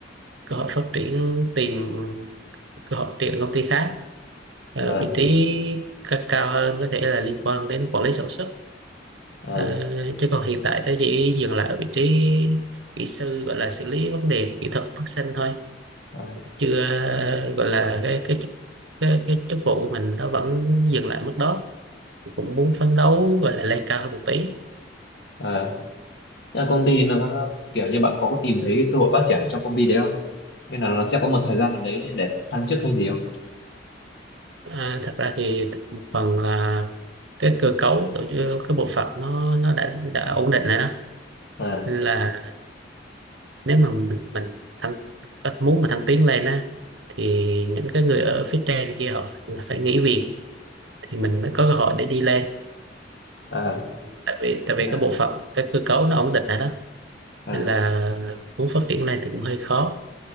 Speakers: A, on the right; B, on the left.
A: cơ hội phát triển tìm cơ hội phát triển công ty khác Ờ,
B: ờ,
A: vị trí ca- cao hơn có thể là liên quan đến quản lý sản xuất
B: ờ,
A: Ờ, chứ còn hiện tại tôi chỉ dừng lại ở vị trí kỹ sư gọi là xử lý vấn đề kỹ thuật phát sinh thôi
B: ờ,
A: chưa ờ, gọi là cái cái chức cái, cái chức vụ của mình nó vẫn dừng lại mức đó cũng muốn phấn đấu gọi là lên cao hơn một tí
B: ờ. Thế là công ty nó có- kiểu như bạn có tìm thấy cơ hội phát triển trong công ty đấy không nghĩa là nó sẽ có một thời gian nào đấy để thăng chức hay gì không
A: À, thật ra thì một phần là cái cơ cấu tổ chức cái bộ phận nó nó đã đã ổn định rồi đó
B: Ờ.
A: nên là nếu mà mình mình thăng có- muốn mà thăng tiến lên á thì những cái người ở phía trên kia họ phải phải nghỉ việc thì mình mới có cơ hội để đi lên
B: ờ
A: tại vì tại vì
B: ờ
A: cái bộ phận cái cơ cấu nó ổn định rồi đó
B: ờ
A: nên là muốn phát triển lên thì cũng hơi khó